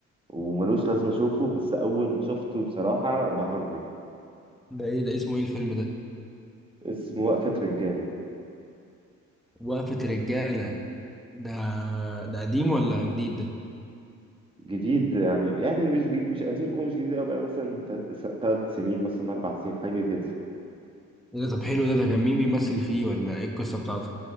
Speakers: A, on the right; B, in the centre.
A: وملوش لازمه اشوفه بس اول ما شفته بصراحه بهرني
B: ده ايه ده اسمه ايه الفيلم ده
A: اسمه وقفه رجاله
B: وقفة رجالة ده ده قديم ولا جديد ده
A: جديد يعني يعني مش جد- مش قديم او مش جديد قوي بقى مثلا ثلاث سنين مثلا اربع سنين حاجه كده
B: ايه ده طب حلو ده ده كان مين بيمثل فيه ولا ايه القصة بتاعته